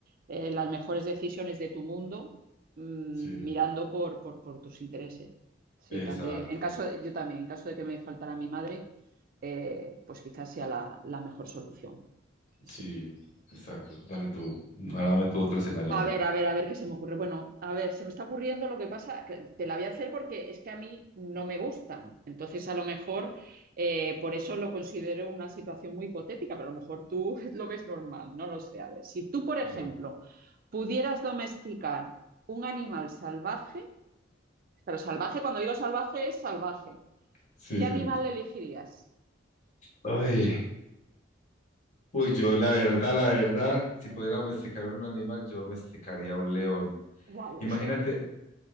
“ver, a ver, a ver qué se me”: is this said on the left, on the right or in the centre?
Right